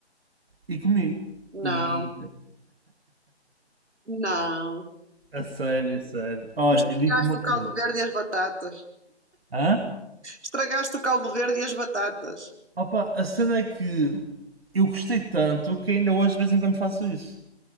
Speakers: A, on the right; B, on the right.
A: e comi.
B: não,
A: E
B: não.
A: a sério, a sério. Olha,
B: Tu estragaste
A: e digo-te uma
B: o
A: coisa.
B: caldo verde e as batatas.
A: Hã?
B: Estragaste o caldo verde e as batatas.
A: Opa, a cena é que eu gostei tanto que ainda hoje de vez em quando faço isso.